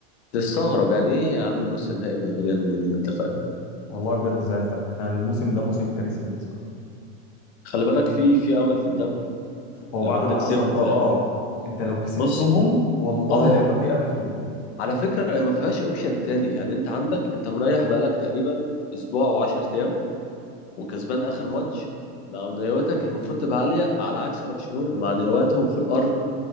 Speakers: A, on the left (about 75°); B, on the left (about 50°).
A: تستغرب يعني ايه يا عم نص نهائي من ريال مدريد انت فاهم
B: والله بجد زعلت قوي احنا الموسم ده موسم كارثي بالنسبه لي
A: خلي بالك في في امل في الدوري
B: هو
A: لو
B: بعد
A: انت
B: اللي
A: كسبت
B: حصل ده اه انت لو كسبتهم
A: بص
B: والله
A: اه
B: لا يبقى في امل كبير
A: على فكره هي ما فيهاش اوبشن تاني يعني انت عندك انت مريح بقالك تقريبا اسبوع او 10 ايام وكسبان اخر ماتش معنوياتك المفروض تبقى عاليه على عكس برشلونه معنوياتهم في الارض